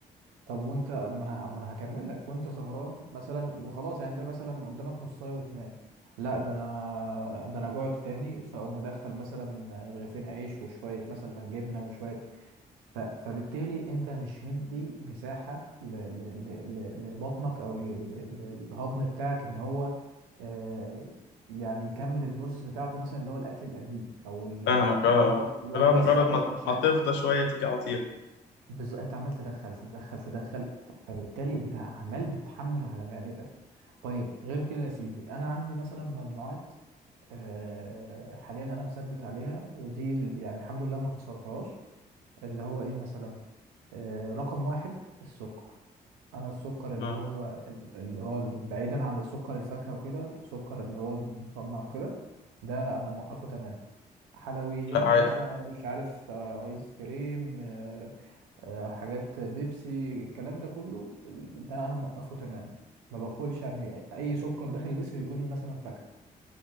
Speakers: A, on the right (about 80°); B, on the left (about 70°).
A: طب وانت ما انا ما انا هكمل لك وانت سهران مثلا وخلاص يعني انت مثلا قدامك نصاية وتنام لا ده انا ده انا جوعت تاني فاقوم مدخل مثلا رغيفين عيش وشوية مثلا جبنة وشوية ف- فبالتالي انت مش مدي مساحة ل- ل- ل- ل- لبطنك او ل- ل- ل- للهضم بتاعك ان هو آه، يعني يكمل البروسيس بتاعته مثلا اللي هو الاكل القديم او ال-
B: فاهمك اه
A: وجبة
B: آه.
A: الوجبة
B: لا مجرد
A: السابقة
B: ما
A: مش
B: ما
A: عارف
B: تفضى شويه تيجي عطير
A: بز... انت عمال تدخل تدخل تدخل ف- فبالتالي انت عمال بتحمل على معدتك طيب غير كده يا سيدي انا عندي مثلا ممنوعات آه، حاليا انا مثبت عليها ودي ال- يعني الحمد لله ما كسرتهاش اللي هو ايه مثلا آه، رقم واحد السكر انا السكر اللي
B: اه
A: هو اللي هو بعيدا عن السكر الفاكهه وكده السكر اللي هو المصنع وكده ده انا موقفه تمام حلويات
B: لا
A: بقى
B: عارف
A: مش عارف آه، ايس كريم آه، آه، حاجات بيبسي الكلام ده كله ال- ده انا موقفه تمام ما باكلش يعني اي سكر داخل جسمي بيكون مثلا فاكهه